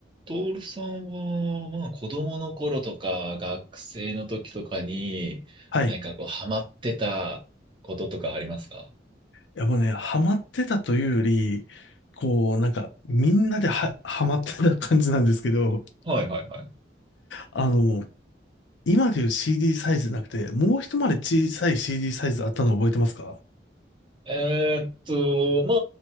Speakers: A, on the right; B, on the left.
A: トールさんは、まあ、子供の頃とか、学生の時とかに、
B: はい。
A: 何かこう、
B: い
A: ハマってたこととかありますか
B: やもうね、ハマってたというより、こう、なんか、みんなでは、ハマってた感じなんですけど、
A: はいはいはい。
B: あの、今でいう CD サイズじゃなくて、もう一回り小さい CD サイズあったの覚えてますか
A: えーっと、ま